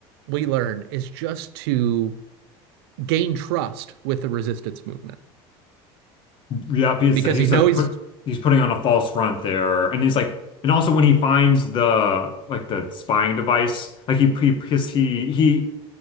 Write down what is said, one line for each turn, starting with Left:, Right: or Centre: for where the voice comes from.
Right: we learn is just to gain trust with the resistance movement
Left: yeah he's
Right: because
Left: he's
Right: he knows
Left: like put
Right: he's
Left: he's putting on a false front there and he's like and also when he finds the like the spying device like he he his, he he